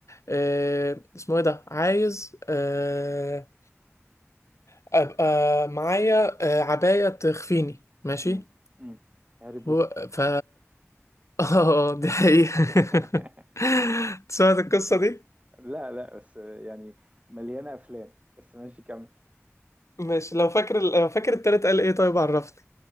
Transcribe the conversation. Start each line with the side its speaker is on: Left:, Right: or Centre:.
Left: آه اسمه ايه ده عايز آه ابقى معايا آه عباية تخفيني ماشي
Right: م- م. هاري بوتر
Left: هو- ف اه
Right: <laughs>
Left: دي حقيقة <laughs> سمعت القصة دي؟
Right: لا لا بس يعني مليانة أفلام بس ماشي كمل
Left: ماشي لو فاكر لو فاكر التالت قال ايه طيب عرفني